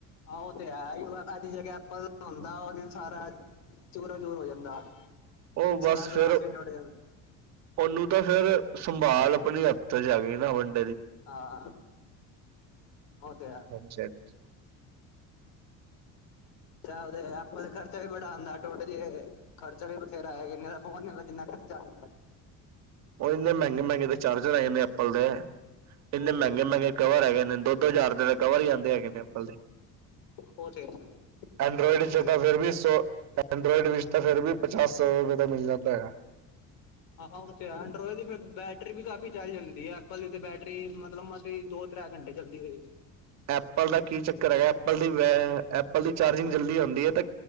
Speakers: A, on the left; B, on the right.
A: ਹਾਂ ਤੇ ਸਾਜੀ ਜ ਅੱਪਲ ਹੁੰਦਾ ਉਹਦੇਨ ਸਾਰਾ ਚੂਰੋ ਚੂਰ ਹੋ ਜਾਂਦਾ
B: ਉਹ
A: ਪਿਛਲਾ
B: ਬਸ
A: ਗਲਾਸ
B: ਫੇਰ
A: ਵੀ ਟੁੱਟ ਜਾਂਦਾ
B: ਉਹਨੂੰ ਤਾਂ ਫੇਰ ਸੰਭਾਲ ਆਪਣੀ ਹੱਥ ਚੇ ਹੁਣ
A: ਹਾਂ ਉਹ ਤੇ ਹੈ
B: ਹਾਂਜੀ ਹਾਂਜੀ
A: ਉਹਦੇ ਆਪਾਂ ਦਾ ਖਰਚਾ ਵੀ ਬੜਾ ਹੁੰਦਾ ਟੋਡੇ ਖਰਚਾ ਵੀ ਬਥੇਰਾ ਹੈਗਾ ਦਾ ਫੋਨਦਾ ਕਿੰਨਾ ਖਰਚਾ ਆ ਜਾਂਦਾ
B: ਉਹ ਇੰਨੇ ਮਹਿੰਗੇ ਮਹਿੰਗੇ ਦੇ ਚਾਰਜਰ ਆਏ ਨੇ ਐਪਲ ਦੇ ਇੰਨੇ
A: ਉਹ
B: ਮਹਿੰਗੇ ਮਹਿੰਗੇ ਕਵਰ ਹੈਗੇ ਨੇ ਦੋ ਦੋ ਹਜ਼ਾਰ ਰੁਪਏ ਦਾ ਕਵਰ ਹੀ ਆਉਂਦੇ ਹੈਗੇ ਅੱਪਲ
A: ਉਹ ਤੇ ਹੈ
B: ਐਂਡਰਾੋਇਡ
A: ਉਹ ਤੇ ਸਹੀ
B: ਚ ਤਾਂ
A: ਗੱਲ
B: ਫਿਰ ਵੀ ਸੋ ਐਂਡਰੋਇਡ ਵਿੱਚ ਤਾਂ ਫੇਿਰ ਵੀ ਪਚਾਸ ਸੌ ਰੁਪਏ ਦਾ ਮਿਲ ਜਾਂਦਾ ਹੈਗਾ
A: ਆਹੋ ਤੇ ਐਡਰੋਏ ਦੀ ਫ ਬੈਟਰੀ ਵੀ ਕਾਫ਼ੀ ਚੱਲ ਜਾਂਦੀ ਹੈ ਐਪਲ ਦੀ ਤੇ ਬੈਟਰੀ ਮਤਲਬ ਮਸੀ ਦੋ ਤੈ ਘੰਟੇ ਚਲਦੀ ਰਹੇਗੀ
B: ਐਪਲ ਦਾ ਕੀ ਚੱਕਰ ਹੈਗਾ ਐਪਲ ਦੀ <unintelligible> ਐਪਲ ਦੀ ਚਾਰਜਿੰਗ ਜਲਦੀ ਹੁੰਦੀ ਏ ਤੇ